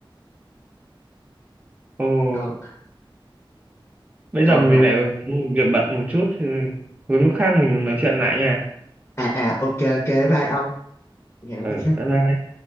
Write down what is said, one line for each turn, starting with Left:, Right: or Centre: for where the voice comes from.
Right: ô
Left: còn
Right: bây
Left: còn
Right: giờ mình lại có một việc bận một chút ừ, lúc khác mình nói chuyện lại nha
Left: à à ok ok bye ông hẹn
Right: ừ
Left: khi khác
Right: bye bye